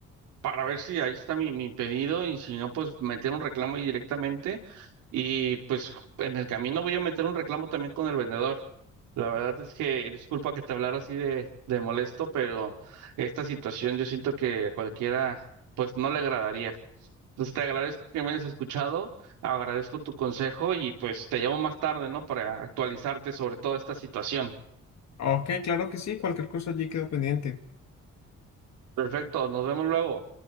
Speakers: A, on the right; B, on the left.
A: para ver si ahí está mi, mi pedido y si no, pues meter un reclamo ahí directamente y pues en el camino voy a meter un reclamo también con el vendedor. La verdad es que, disculpa que te hablara así de, de molesto, pero esta situación yo siento que a cualquiera pues no le agradaría. Entonces te agradezco que me hayas escuchado, agradezco tu consejo y pues te llamo más tarde, ¿no? Para actualizarte sobre toda esta situación.
B: Ok, claro que sí, cualquier cosa allí quedo pendiente.
A: Perfecto, nos vemos luego.